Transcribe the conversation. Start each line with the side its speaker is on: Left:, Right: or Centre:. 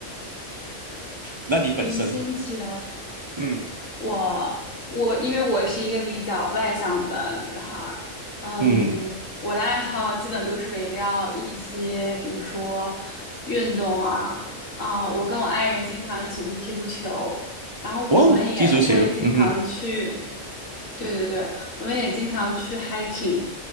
Right: 那你本身呢？
Left: 零心情。
Right: 嗯
Left: 我我因为我是一个比较外向的女孩儿，嗯，
Right: 嗯，
Left: 我的爱好基本都是围绕一些，比如说运动啊，啊、我跟我爱人经常一起去踢足球，然后我们也会经常去，
Right: 哇哦，踢足球，嗯哼，
Left: 对对对，我们也经常去 hiking，